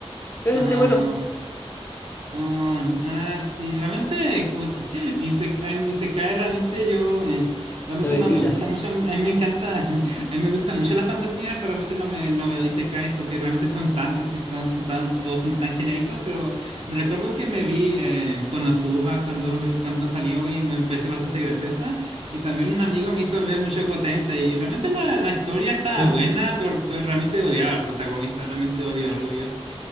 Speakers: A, on the left; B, on the right.
A: Es
B: ah.
A: bastante bueno,
B: Ah, ah, sí, realmente, como te, <laughs> Isekai, mi Isekai realmente yo, eh, realmente
A: lo evitas.
B: no me gusta mucho, a mí, a mí me encanta, <laughs> a mí me gusta mucho la fantasía, pero realmente no me, no veo Isekais porque realmente son tantos y todos son tan, todos son tan genéricos, pero me recuerdo que me vi eh, Konosuba cuando, cuando salió y me pareció bastante graciosa, y también un amigo me hizo ver mucho Gotense, y realmente la, la historia estaba
A: Ujú.
B: buena, pero, pero realmente odiaba al protagonista, realmente odio a Rubius,